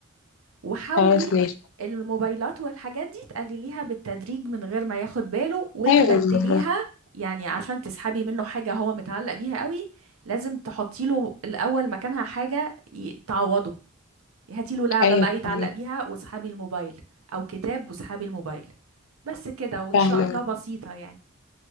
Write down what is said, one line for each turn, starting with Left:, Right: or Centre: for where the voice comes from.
Right: وحاولي
Left: خلاص ماشي
Right: الموبايلات والحاجات دي تقلليها بالتدريج من غير ما ياخد باله وتبدليها
Left: أيوة والله
Right: يعني عشان تسحبي منه حاجة هو متعلق بيها قوي لازم تحطي له الأول مكانها حاجة ي- تعوضه هاتي له لعبة
Left: أيوة
Right: بقى يتعلق
Left: فاهماك
Right: بيها واسحبي الموبايل أو كتاب واسحبي الموبايل بس كده وإن
Left: فاهمة
Right: شاء الله بسيطة يعني